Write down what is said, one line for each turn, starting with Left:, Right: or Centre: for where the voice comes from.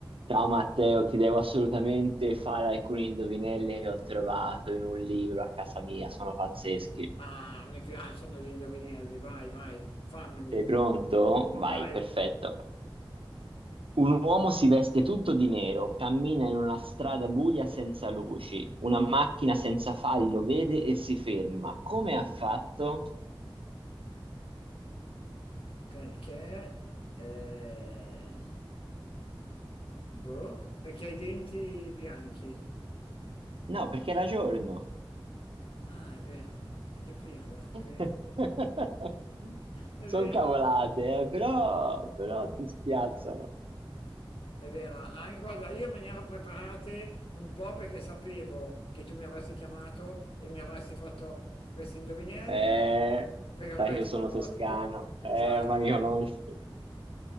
Right: Ciao Matteo, ti devo assolutamente fare alcune indovinelle che ho trovato in un libro a casa mia, sono pazzeschi.
Left: Ah, mi piacciono gli indovinelli, vai, vai, fammeli,
Right: Sei pronto? Vai,
Left: vai.
Right: perfetto. Un uomo si veste tutto di nero, cammina in una strada buia senza luci, una macchina senza fari lo vede e si ferma. Come ha fatto?
Left: Perché? Eh, boh, perché hai i denti bianchi.
Right: No, perché era giorno.
Left: Ah, è vero, è che pirla, è
Right: <laughs>
Left: vero, è
Right: Sono
Left: vero,
Right: cavolate, eh, però, però ti spiazzano.
Left: è vero. Ah, guarda, io me ne ero preparate un po' perché sapevo che tu mi avresti chiamato e mi avresti fatto questi indovinelli,
Right: Eh,
Left: perché ormai
Right: sai che io
Left: ti
Right: sono
Left: conosco,
Right: toscano,
Left: esatto.
Right: eh, ma mi conosci.